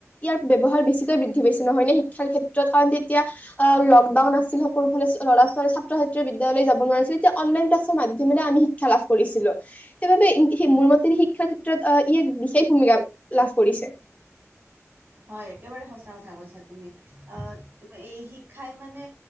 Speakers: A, on the left; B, on the right.
A: ইয়াৰ ব্ৱহাৰ বেছিকৈ বৃদ্ধি পাইচিলে হৈ নে, শিক্ষাৰ ক্ষেত্ৰত? কাৰণ তেতিয়া আহ লকডাউন আছিল সকলোফালে ল'ৰা ছোৱালী ছাত্ৰ ছাত বিদ্যালয় যাব নোৱাৰিছিল এতিয়া অনলাইন ক মাধ্যমেৰে আমি শিক্ষা লাভ কৰিছিলো। সেইবাবে মোৰ মতে শিক্ষাৰ ক্ষেত্ৰত ই এক বিশেষ ভূমিকা লাভ কৰিছে।
B: হয় একেবাৰে সঁচা কথা কৈছা। তুমি। আহ এই শিক্ষাই মানে